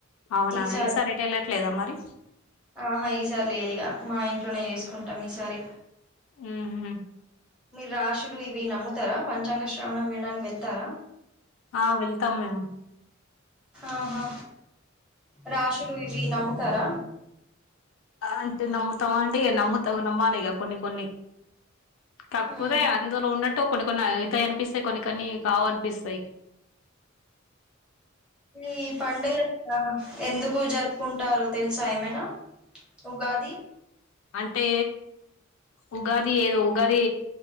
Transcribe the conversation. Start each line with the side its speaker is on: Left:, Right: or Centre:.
Left: అవునా
Centre: ఈసారి
Left: ఎటు వెళ్ళట్లేదా మరి
Centre: ఆహా ఈసారి లేదుఇగ మా ఇట్ ట్లోనే చేసుకుంటం ఈసారి
Left: ఉహు
Centre: మీర్ రాశులు ఇవి నమ్ముతర పంచాంగ శ్రవణం వినడానికి వెళ్తారా
Left: అ వెళ్తాం మేము
Centre: ఆహా రాశులు ఇవి నమ్ముతార
Left: అంటే నమ్ముతాం అంటే నమ్ముతావు నమ్మాలి ఇగ కొన్ని కొన్ని తప్పోతే
Centre: ఉహు
Left: అందులో ఉన్నట్ కొన్ని కొన్ని అతాయి అనిపిస్తాయి కొన్ని కొన్ని కావునిపిస్తాయి
Centre: ఈ పండగ ఎందుకు జరుపుకుంటారు తెల్ స ఎమైన ఉగాది
Left: అంటే ఉగాది ఏదో ఉగాది